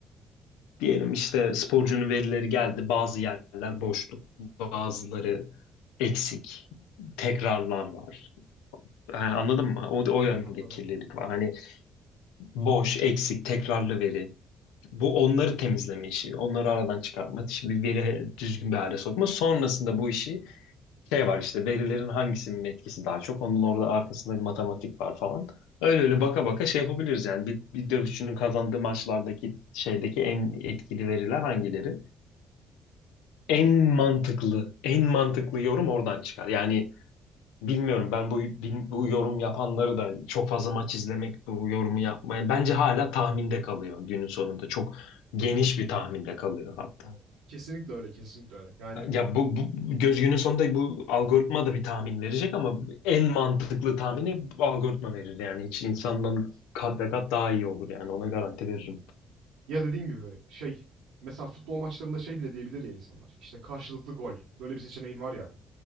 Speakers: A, on the left; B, on the right.
A: diyelim işte sporcunun verileri geldi, bazı yerler boşluk, bazıları eksik, tekrarlar var. Yani anladın mı? O, o yönde
B: Anladım.
A: kirlilik var. Hani boş, eksik, tekrarlı veri. Bu onları temizleme işi, onları aradan çıkartma, işi bir veri düzgün bir hale sokma. Sonrasında bu işi şey var işte verilerin hangisinin etkisi daha çok onun orada arkasında bir matematik var falan. Öyle öyle baka baka şey yapabiliriz yani bir, bir dövüşçünün kazandığı maçlardaki şeydeki en etkili veriler hangileri? En mantıklı, en mantıklı yorum oradan çıkar. Yani bilmiyorum ben bu bil- bu yorum yapanları da çok fazla maç izlemek bu yorumu yapmaya bence hala tahminde kalıyor günün sonunda. Çok geniş bir tahminde kalıyor hatta.
B: Doğru. Kesinlikle öyle, kesinlikle öyle. Yani
A: Ya bu, bu göz günün sonunda bu algoritma da bir tahmin verecek ama en mantıklı tahmini bu algoritma verir. Yani hiç insandan
B: Evet.
A: kat ve kat daha iyi olur yani ona garanti veririm.
B: ya dediğim gibi şey mesela futbol maçlarında şey bile diyebilir ya insanlar. İşte karşılıklı gol. Böyle bir seçeneğin var ya.